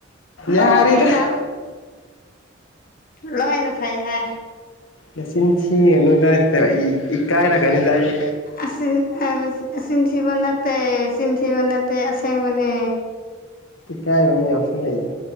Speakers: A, on the left; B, on the left.
A: ꯂꯣꯏꯅ
B: ꯌꯥꯔꯦꯗ
A: ꯂꯣꯏꯅ ꯐꯩ ꯍꯥꯏ
B: ꯃꯆꯤꯟ ꯊꯤꯒꯅꯨꯗ ꯏꯀꯥꯏꯔꯛꯀꯅꯤꯗ ꯑꯩ꯫
A: <unintelligible> ꯑꯁꯤꯟꯊꯤꯕ ꯅꯠꯇꯦ ꯆꯤꯟꯊꯤꯕ ꯅꯠꯇꯦ ꯑꯁꯦꯡꯕꯅꯦ
B: ꯏꯀꯥꯏꯕ ꯑꯃ ꯌꯥꯎꯁꯜ ꯂꯩꯗ